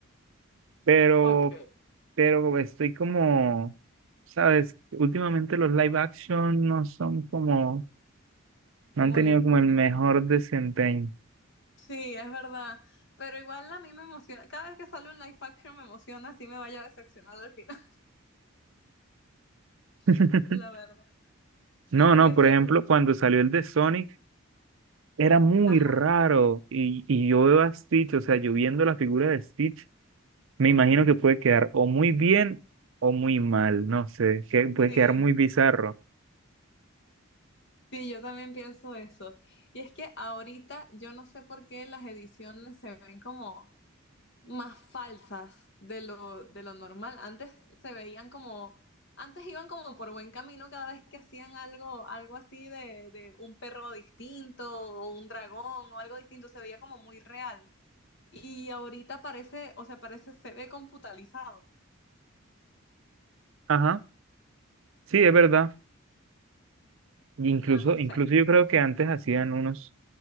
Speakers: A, on the right; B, on the left.
A: pero,
B: Ok.
A: pero estoy como, ¿sabes? Últimamente los live action no son como... No
B: Como
A: han tenido
B: el,
A: como
B: como
A: el mejor desempeño.
B: Sí, es verdad. Pero igual a mí me emociona. Cada vez que sale un live action me emociona, así me vaya a decepcionar al final,
A: <laughs>
B: <laughs> la verdad.
A: No,
B: Sí, porque
A: no,
B: es
A: por
B: que,
A: ejemplo, cuando salió el de Sonic, era muy
B: ajá,
A: raro. Y, y yo veo a Stitch, o sea, yo viendo la figura de Stitch, me imagino que puede quedar o muy bien o muy mal, no sé, que puede
B: sí,
A: quedar muy bizarro.
B: sí, yo también pienso eso. Y es que ahorita yo no sé por qué las ediciones se ven como más falsas de lo, de lo normal. Antes se veían como, antes iban como por buen camino cada vez que hacían algo, algo así de, de un perro distinto o un dragón o algo distinto, se veía como muy real. Y ahorita parece, o sea, parece, se ve computalizado.
A: Ajá, sí, es verdad. Y Incluso,
B: No, no sé.
A: incluso yo creo que antes hacían unos,